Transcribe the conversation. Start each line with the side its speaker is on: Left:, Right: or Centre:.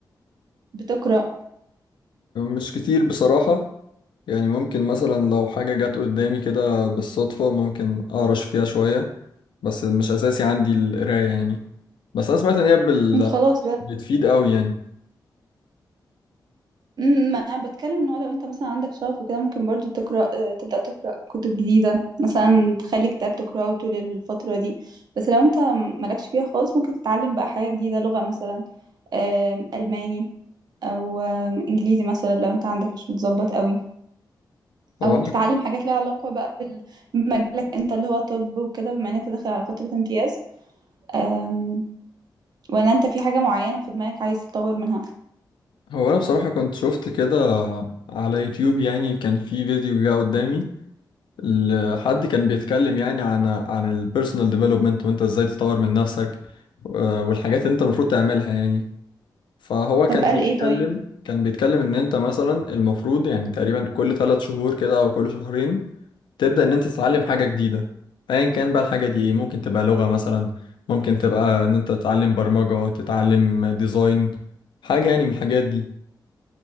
Right: بتقرا
Left: مش كتير بصراحه يعني ممكن مثلا لو حاجه جت قدامي كده بالصدفه ممكن اقرش فيها شويه بس مش اساسي عندي القرايه يعني بس انا سمعت ان هي بال...
Right: مم، خلاص
Left: بتفيد قوي يعني
Right: امم ما انا بتكلم ان هو لو انت مثلا عندك شغف وكده ممكن برضو تقرا آه، تبدا تقرا كتب جديده مثلا تخلي كتاب تقراه طول الفتره دي بس لو انت مالكش فيها خالص ممكن تتعلم بقى حاجه جديده لغه مثلا آم، الماني او آم، انجليزي مثلا لو انت عندك مش متظبط قوي
Left: هو
Right: او
Left: انا
Right: تتعلم حاجات لها علاقه بقى بال- بمجالك انت اللي هو طب وكده بما ان انت داخل على فتره امتياز آم، ولا انت في حاجه معينه في دماغك عايز تطور منها
Left: هو انا بصراحه كنت شفت كده على يوتيوب يعني كان في فيديو جه قدامي ال- حد كان بيتكلم يعني عن عن البيرسونال ديفلوبمنت وانت ازاي تطور من نفسك آه، والحاجات اللي انت المفروض تعملها يعني فهو
Right: طب
Left: كان
Right: قال
Left: بيتكلم
Right: ايه طيب
Left: كان بيتكلم ان انت مثلا المفروض يعني تقريبا كل ثلاث شهور كده او كل شهرين تبدأ ان انت تتعلم حاجة جديدة ايا كان بقى الحاجة دي ايه ممكن تبقى لغة مثلا ممكن تبقى ان انت تتعلم برمجة تتعلم ديزاين حاجة يعني من الحاجات دي